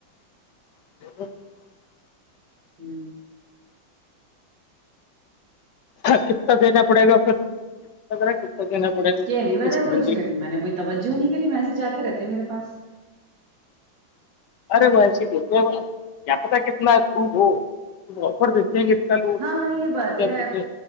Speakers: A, on the left; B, on the right.
A: <unintelligible>
B: ھمم
A: کتنا دینا پڑے گا پھرپتا کتنا دینا پڑے گا
B: یہ
A: کتنی
B: نہیں پتا
A: قسط
B: کچھ
A: ملے گی
B: میں نے کوئی توجہ نہیں کری میسج آتے رہتے ہے میرے پاس
A: ارے وہ ویسے ہی تو کیا پتا کتنا اپرووہو آفر دیتے <unintelligible>
B: ہاں ہاں یہ بات
A: اب جب
B: ہے
A: مجھے